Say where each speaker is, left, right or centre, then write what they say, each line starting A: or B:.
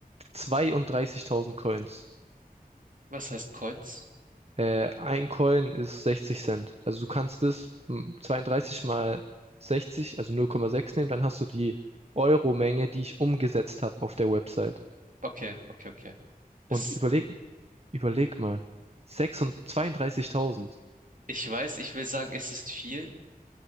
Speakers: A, on the right; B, on the right.
A: 32.000 Coins.
B: Was heißt Coins?
A: Äh, ein Coin ist 60 Cent. Also du kannst das m, 32 mal 60, also 0,6 nehmen, dann hast du die Euro-Menge, die ich umgesetzt habe auf der Website.
B: Okay, okay, okay. Es
A: Und überleg,
B: ist,
A: überleg mal, 36 32.000.
B: ich weiß, ich will sagen, es ist viel,